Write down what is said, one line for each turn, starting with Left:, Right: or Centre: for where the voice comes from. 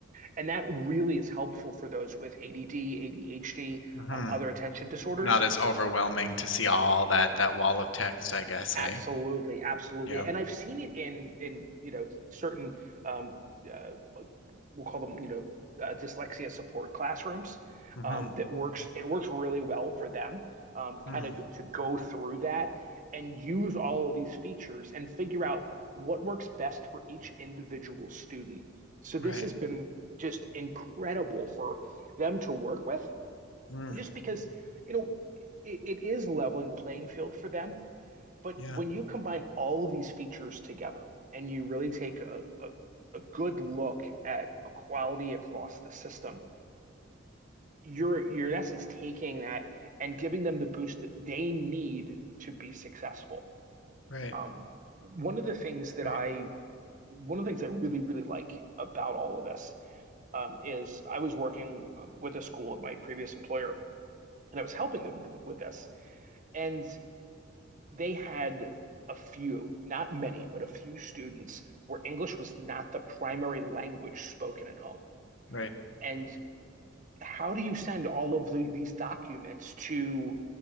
Right: and that really is helpful for those with ADD, ADHD,
Left: hmm
Right: um, other attention disorders.
Left: It's Not as overwhelming to see all that that wall of text, I guess, hey?
Right: Absolutely, absolutely.
Left: Yeah.
Right: And I've seen it in in you know certain um, uh, we'll call them you know uh, dyslexia support classrooms
Left: hmm
Right: um, that works. It works really well for them, um, kind
Left: Mm,
Right: of to go through that and use all of these features and figure out what works best for each individual student. So this
Left: right.
Right: has been just incredible for them to work with
Left: Mm,
Right: just because, you know, it, it is leveling the playing field for them. But
Left: yeah.
Right: when you combine all of these features together and you really take a, a, a good look at equality across the system, you're you're in essence taking that and giving them the boost that they need to be successful.
Left: Right.
Right: Um, one of the things that
Left: Right.
Right: I one of the things I really really like about all of this um, is I was working um, with a school at my previous employer and I was helping them th- with this and they had a few, not many, but a few students where English was not the primary language spoken at home.
Left: Right.
Right: And how do you send all of the, these documents to,